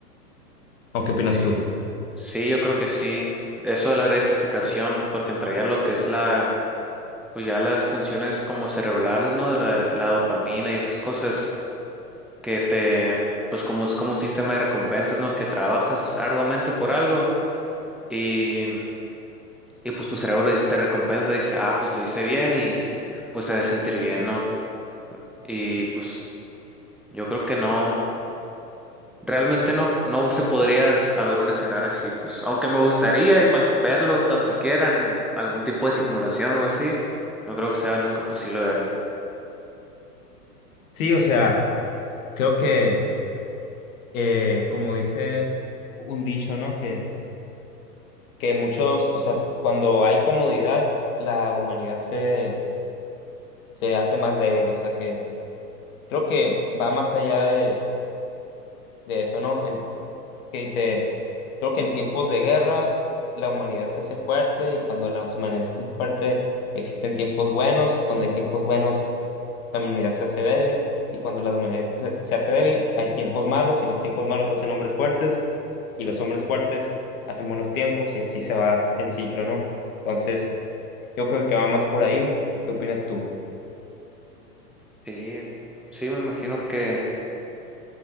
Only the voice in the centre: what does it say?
Sí,
sí, yo creo que sí. Eso de la gratificación, porque entraría lo que es la pues ya las funciones como cerebrales, ¿no? De la, la dopamina y esas cosas que te, pues como es como un sistema de recompensas, ¿no? Que trabajas arduamente por algo y, y pues tu cerebro te recompensa, dice, ah, pues lo hice bien y pues te hace sentir bien, ¿no? Y pues yo creo que no, realmente no, no se podría haber un escenario así, pues aunque me gustaría ima- verlo tan siquiera en algún tipo de simulación o algo así, no creo que sea nunca posible verlo.
Sí, sí, me imagino que,